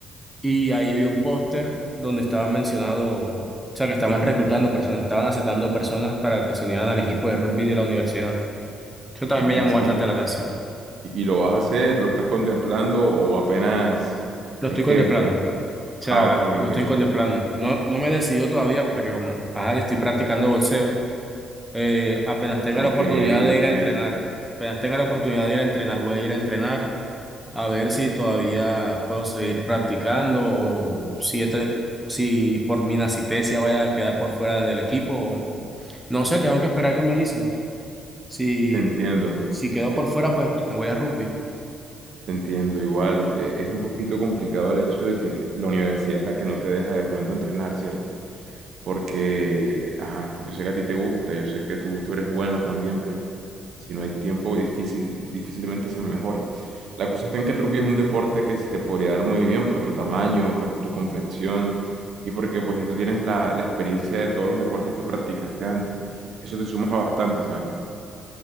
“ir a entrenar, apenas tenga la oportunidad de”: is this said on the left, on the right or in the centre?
Centre